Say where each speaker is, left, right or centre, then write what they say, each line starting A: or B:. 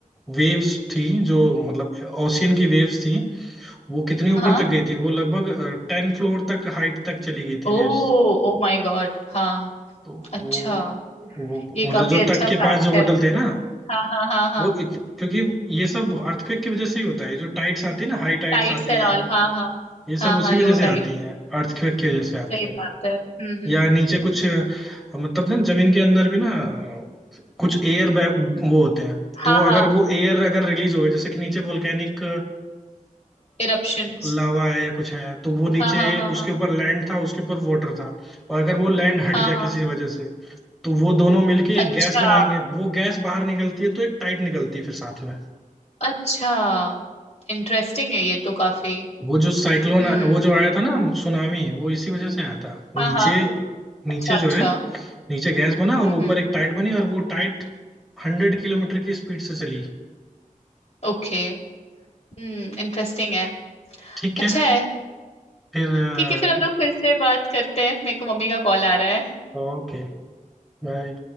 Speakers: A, in the centre; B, on the left.
A: वेव्स थी जो मतलब ओशियन की वेव्स थी वो कितनी
B: हाँ
A: ऊपर तक गई थी वो लगभग टेन फ्लोर तक हाइट तक चली गई थी
B: ओ
A: वेव्स
B: Oh my God हाँ
A: तो
B: अच्छा
A: वो वो
B: ये
A: मतलब
B: काफी
A: जो
B: अच्छा
A: तट के
B: फैक्ट
A: पास जो होटल
B: है
A: थे ना
B: हाँ हाँ हाँ हाँ
A: वो इत, क्योंकि ये सब अर्थक्वेक की वजह से ही होता है जो टाइड्स आती है ना हाई टाइड्स
B: टाइट्स
A: आती
B: एंड
A: हैं
B: ऑल हाँ हाँ
A: ये सब
B: हाँ
A: उसी
B: हाँ लो
A: वजह से
B: टाइट
A: आती हैं अर्थक्वेक की वजह से आती
B: सही बात
A: हैं
B: है हम्म हम्म
A: या नीचे कुछ अ, मतलब ना जमीन के अंदर भी ना अ, कुछ एयर बैग वो होते हैं तो
B: हाँ
A: अगर
B: हाँ
A: वो एयर अगर रिलीज हो गया जैसे कि नीचे वोल्केनिक
B: इरप्शंस
A: लावा है या कुछ है तो वो नीचे
B: हाँ हाँ हाँ हाँ
A: उसके ऊपर लैंड था उसके ऊपर वाटर था और अगर वो लैंड हट
B: हाँ
A: गया
B: हाँ
A: किसी वजह से तो वो दोनों मिलके एक
B: अच्छा
A: गैस बनाएंगे वो गैस बाहर निकलती है तो एक टाइड निकलती है फिर साथ में
B: अच्छा इंटरेस्टिंग है ये तो काफी
A: वो जो साइक्लोन
B: हम्म
A: वो जो आया था ना सुनामी वो इसी वजह से आया था
B: हाँ
A: नीचे
B: हाँ अच्छा
A: नीचे
B: अच्छा
A: जो है नीचे गैस बना और
B: हम्म
A: वो ऊपर
B: हम्म
A: एक टाइट बनी और वो टाइट हंड्रेड किलोमीटर की स्पीड से चली
B: ओके हम्म इंटरेस्टिंग है
A: ठीक
B: अच्छा
A: है
B: है
A: फिर
B: ठीक है फिर हम लोग फिर से बात करते हैं मेरे को मम्मी का कॉल आ रहा है
A: ओके बाय।